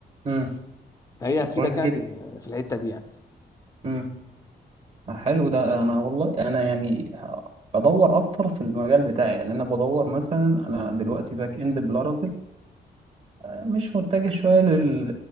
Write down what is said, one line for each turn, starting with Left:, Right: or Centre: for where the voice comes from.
Right: امم
Left: فهي هتفيدك
Right: كويس
Left: يعني آه، في الحته دي يعني
Right: جدا حلو ده انا والله انا يعني ه- بدور اكتر في المجال بتاعي يعني انا بدور مثلا انا دلوقتي باك اند بلارافيل مش متجه شويه لل...